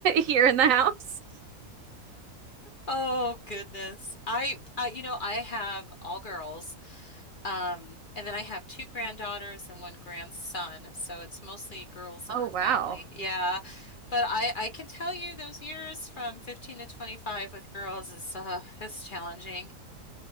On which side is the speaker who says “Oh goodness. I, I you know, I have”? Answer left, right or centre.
Left